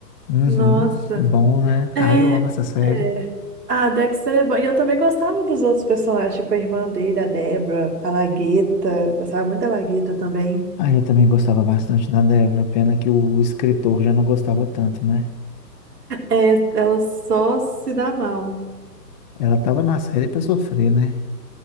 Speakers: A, on the left; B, on the right.
A: Uhum,
B: Nossa,
A: bom, né?
B: é,
A: Ah, eu amo essa série.
B: é. Ah, Dexter é bom. E eu também gostava dos outros personagens, tipo a irmã dele, a Débora, a Lagueta. Gostava muito da Lagueta também.
A: Ah, eu também gostava bastante da Deborah, pena que o escritor já não gostava tanto, né?
B: É, ela só se dá mal.
A: Ela tava na série pra sofrer, né?